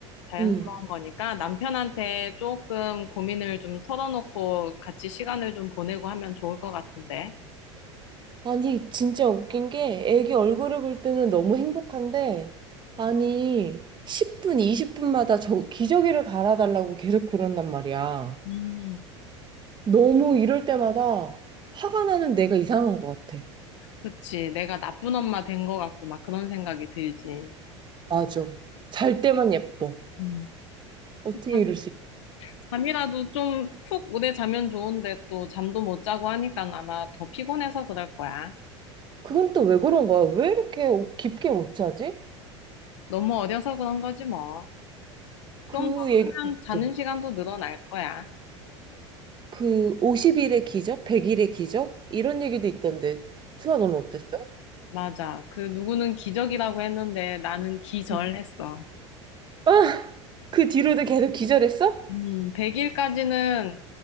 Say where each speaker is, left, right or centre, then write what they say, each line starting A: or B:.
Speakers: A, on the left; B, on the right.
A: 자연스러운
B: 응.
A: 거니까 남편한테 조금 고민을 좀 털어놓고 같이 시간을 좀 보내고 하면 좋을 것 같은데.
B: 아니, 진짜 웃긴 게 애기 얼굴을 볼 때는 너무 행복한데, 아니, 10분, 20분마다 저 기저귀를 갈아달라고 계속 그런단 말이야.
A: 음,
B: 너무 이럴 때마다 화가 나는 내가 이상한 것 같아.
A: 그치. 내가 나쁜 엄마 된 것 같고 막 그런 생각이 들지.
B: 맞아. 잘 때만 예뻐.
A: 음.
B: 어떻게
A: 자-
B: 이럴 수 있지?
A: 잠이라도 좀 푹 오래 자면 좋은데 또 잠도 못 자고 하니까 아마 더 피곤해서 그럴 거야.
B: 그건 또 왜 그런 거야? 왜 이렇게 깊게 못 자지?
A: 너무 어려서 그런 거지 뭐.
B: 그
A: 좀 더
B: 얘기가
A: 크면
B: 있더라고.
A: 자는 시간도 늘어날 거야.
B: 그 50일의 기적, 100일의 기적 이런 얘기도 있던데. 수아 너는 어땠어?
A: 맞아. 그 누구는 기적이라고 했는데 나는 기절했어.
B: 응. 아, 그 뒤로도 계속 기절했어?
A: 음, 100일까지는